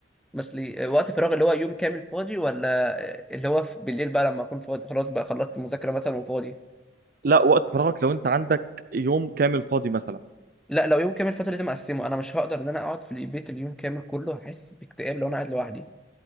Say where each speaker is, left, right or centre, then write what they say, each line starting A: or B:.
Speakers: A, in the centre; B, on the right.
A: مثلي آه، وقت فراغ اللي هو يوم كامل فاضي ولا آه، اللي هو في- بالليل بقى لما اكون فاضي خلاص بقى خلصت مذاكرة مثلا وفاضي
B: لا وقت فراغك لو انت عندك يوم كامل فاضي مثلا
A: لا لو يوم كامل فاتو لازم اقسمه انا مش هقدر ان انا اقعد في البيت اليوم كامل كله هحس باكتئاب لو انا قاعد لوحدي